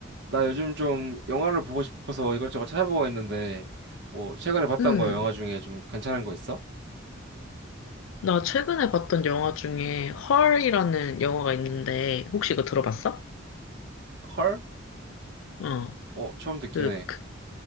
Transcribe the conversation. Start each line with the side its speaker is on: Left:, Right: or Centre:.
Right: 나 요즘 좀 영화를 보고 싶어서 이것저것 찾아보고 있는데, 뭐, 최근에 봤던
Left: 음,
Right: 거 영화 중에 좀 괜찮은 거 있어?
Left: 나 최근에 봤던 영화 중에 헐이라는 영화가 있는데 혹시 이거 들어봤어?
Right: 헐?
Left: 어,
Right: 어, 처음 듣긴
Left: 그,
Right: 해.
Left: 그,